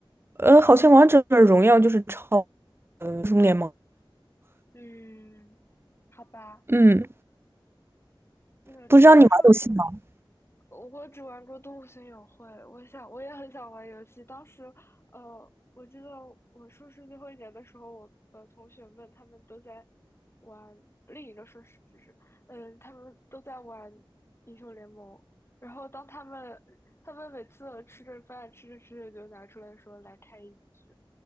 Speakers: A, on the right (about 25°); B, on the left (about 30°).
A: 呃，好像王者荣耀就是超呃英雄联盟，
B: 嗯，好吧，
A: 嗯，
B: 那听说。
A: 不知道你玩游戏吗？
B: 我只玩过《动物森友会》，我想我也很想玩游戏。当时，呃，我记得我硕士最后一年的时候，我呃同学们他们都在玩另一个硕士，就是嗯，他们都在玩英雄联盟。然后当他们他们每次吃着饭吃着吃着就拿出来说来开一局，